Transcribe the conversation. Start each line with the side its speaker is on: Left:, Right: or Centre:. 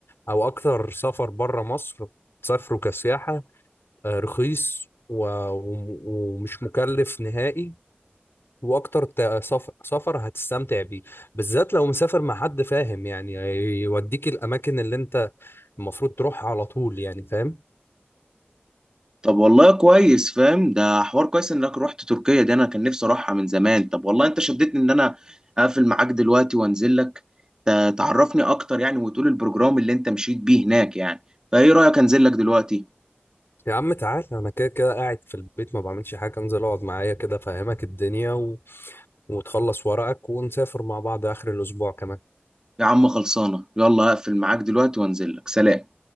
Left: او اكتر سفر بره مصر تسافره كسياحه آه، رخيص و- وم- ومش مكلف نهائي واكتر تا- سف- سفر هتستمتع بيه بالذات لو مسافر مع حد فاهم يعني يوديك الاماكن اللي انت المفروض تروح على طول يعني فاهم
Right: طب والله كويس فاهم ده حوار كويس انك رحت تركيا دي انا كان نفسي اروحها من زمان طب والله انت شدتني ان انا اقفل معاك دلوقتي وانزل لك ت- تعرفني اكتر يعني وتقول البروجرام اللي انت مشيت بيه هناك يعني فايه رأيك انزل لك دلوقتي
Left: يا عم تعال انا كده كده قاعد في البيت ما بعملش حاجه انزل اقعد معايا كده فاهمك الدنيا و... وتخلص ورقك ونسافر مع بعض اخر الاسبوع كمان
Right: يا عم خلصانة يلا اقفل معاك دلوقتي وانزل لك سلام